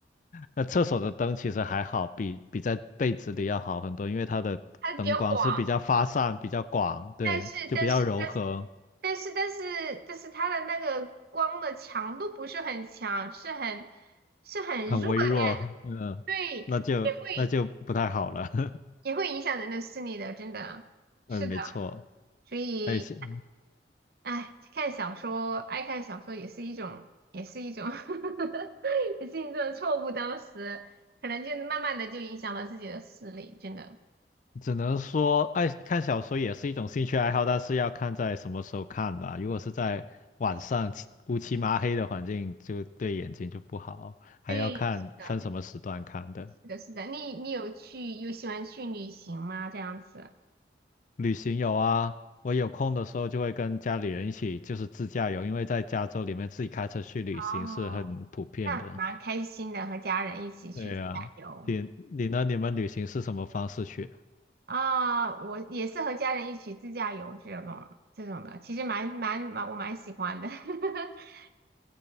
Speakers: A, on the left; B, on the right.
A: 那厕所的灯其实还好，比比在被子里要好很多，因为它的灯光是比较发散、
B: 它比较广。
A: 比较广，对，
B: 但是但是
A: 就比较柔和。
B: 但是但是但是但是它的那个光的强度不是很强，是很是很弱的那种
A: 很微弱，嗯，
B: 对，
A: 那就那就不太好了。
B: 也会
A: <laughs>
B: 也会影响人的视力的，真的是的。
A: 嗯，没错，
B: 所以，
A: 哎，是
B: 哎，看小说，爱看小说也是一种，也是一种 <laughs> 也是一种错误。当时可能就慢慢的就影响了自己的视力，真的。
A: 只能说爱看小说也是一种兴趣爱好，但是要看在什么时候看吧。如果是在晚上漆乌漆麻黑的环境，就对眼睛就不好，还要看分什么时段看的。
B: 对，是的，是的，是的。你你有去有喜欢去旅行吗？这样子。
A: 旅行有啊，我有空的时候就会跟家里人一起，就是自驾游，因为在加州里面自己开车去旅行是很普遍的。
B: 哦那蛮开心的，和家人一起去自驾游
A: 对啊，你你呢？你们旅行是什么方式去？
B: 啊，我也是和家人一起自驾游这种这种的，其实蛮蛮蛮我蛮喜欢的。<laughs>